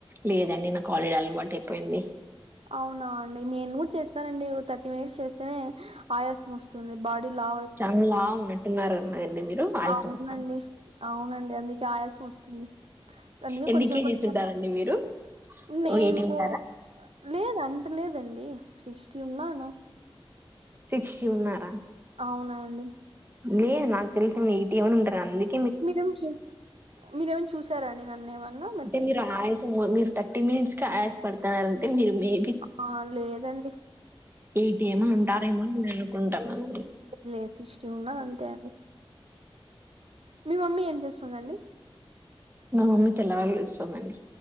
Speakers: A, on the right; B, on the right.
A: లేదండి నాకు ఆల్రెడీ అయిపోయింది
B: అవునా అండి నేను కూడా చేస్తానండి ఓ థర్టీ మినిట్స్ చేస్తేనే ఆయాసం వస్తు స్తుంది బాడీ లా
A: చానా లావు ఉన్నట్టు ఉన్నారు కదండి మీరు ఆయుష్
B: అవునండి
A: సంవత్సరాలు
B: అవునండి అందుకే ఆయాసం వస్తుంది అందుకే
A: ఎన్ని
B: కొంచెం
A: కేజీస్
B: కొంచం
A: ఉంటారండి మీరు
B: నేను
A: ఓ ఎయిటీ
B: పో
A: ఉంటారా
B: లేదు అంత లేదండి సిక్స్టీ ఉన్నాను
A: సిక్టీ ఉన్నారా
B: అవున అండి
A: లేదు నాకు తెలిసిఏమన్న ఎయిటీ ఏమన్న ఉంటారు అందుక
B: మీరేమనా చూ మీరేమన్న చూసార అండి మీరు నన్ను ఏమన్నా
A: అంటే మీరు ఆయాసం మీరు థర్టీ మినిట్స్ కే ఆయాస పడుతున్నారంటే మీరు మీ బి
B: ఆ! లేదండి.
A: ఎయిటి ఏమన్న ఉంటారేమని నేను అనుకుంటున్న అండి
B: లే సిక్స్టీ ఉన్నా అంతే అండి మీ మమ్మీ ఏం చేస్తుందండి
A: మా మమ్మీ తెల్లవాయలు తెస్తుందండి